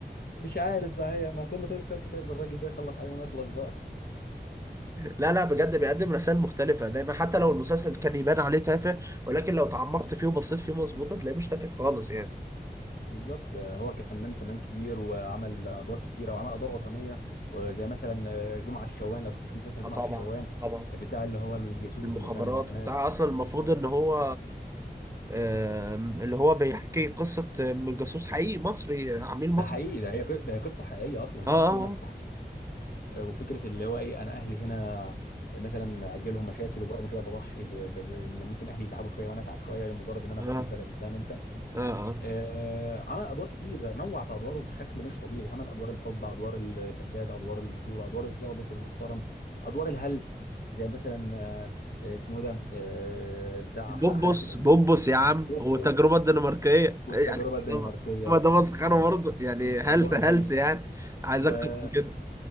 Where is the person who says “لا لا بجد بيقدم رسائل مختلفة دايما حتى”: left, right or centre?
Right